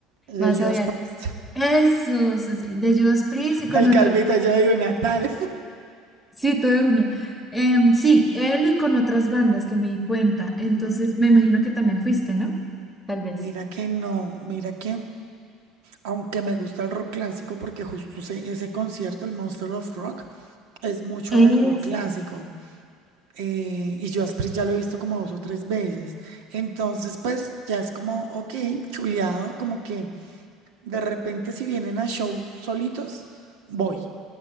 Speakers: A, on the right; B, in the centre.
A: The
B: me vas
A: Just
B: a odiar.
A: Post.
B: Eso, sí, sí, de Judas Priest y con
A: El
B: otra,
A: calvito, de yo digo, Natal.
B: sí, todo de una. Em, sí, él y con otras bandas que me di cuenta.
A: <laughs>
B: Entonces,
A: Ujú.
B: me imagino que también fuiste, ¿no? Tal vez.
A: Mira que no, mira que, aunque me gusta el rock clásico, porque justo ese, ese concierto, el Monster of Rock, es mucho
B: Eso.
A: de rock clásico. eh, y yo a Asprey ya lo he visto como dos o tres veces. Entonces, pues ya es como, ok, chuleado, como que de repente si vienen a show solitos, voy.